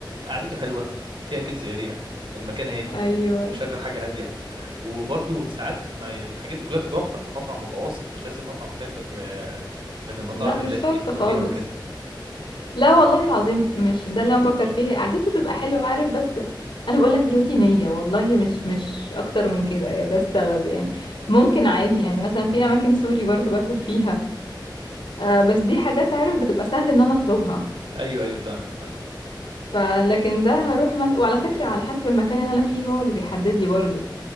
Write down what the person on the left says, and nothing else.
ايوه
لا مش
شرط
خالص
لا والله العظيم مش ده اللي انا بفكر فيه قعدته تبقى حلوه عارف بس انا بقول لك روتينيه والله مش مش اكتر من كده يا ده السبب
يعني ممكن عادي يعني مثلا في اماكن سوري برضو باكل فيها آه بس دي حاجات عارف بتبقى سهل ان انا اطلبها
فلكن ده هروح مثلا وعلى فكرة على حسب المكان اللي انا فيه هو اللي بيحدد لي برضه